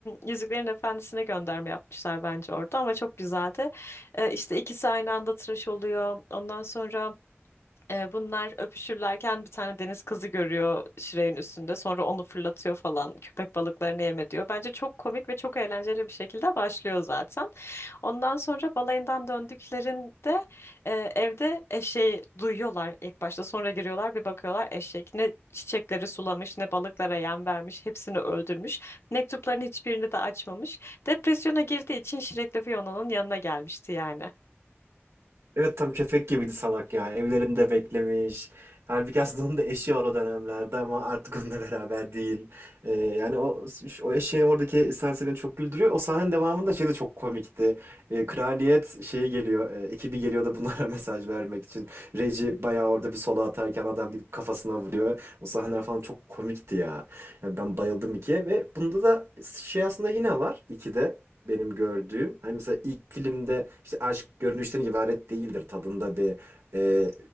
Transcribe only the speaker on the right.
Evet tam köpek gibiydi salak ya. Evlerinde beklemiş. Halbuki aslında onun da eşi var o dönemlerde ama artık onunla beraber değil. Ee, yani o o eşeğin oradaki sahnesi beni çok güldürüyor. O sahnenin devamında şey de çok komikti. Ee, kraliyet şeyi geliyor. e, ekibi geliyor da bunlara <laughs> mesaj vermek için. Reggie bayağı orada bir solo atarken adam gidip kafasına vuruyor. O sahneler falan çok komikti ya. Ya ben bayıldım ikiye ve bunda da şey aslında yine var ikide benim gördüğüm. Hani mesela ilk filmde işte aşk görünüşten ibaret değildir tadında bir e,